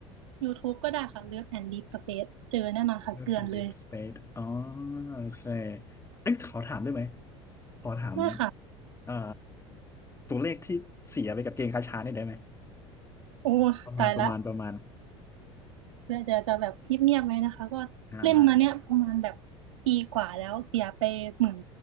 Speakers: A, on the right; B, on the left.
A: YouTube ก็ได้ค่ะ Love and Deep Space เจอแน่นอนค่ะเกลือนเลย
B: Love and Deep Space อ๋อโอเคเอ้ยขอถามได้ไหมขอถาม
A: ได้ค่ะ
B: เอ่อตัวเลขที่เสียไปกับเกมกาชาเนี่ยได้ไหม
A: โอ้ตายละ
B: ประมาณประมาณประมาณ
A: เพื่อจะจะแบบเงียบๆไหมนะคะก็เล่นมาเนี้ยประมาณแบบ
B: อ่าได้ได้
A: ปีกว่าแล้วเสียไปหมื่น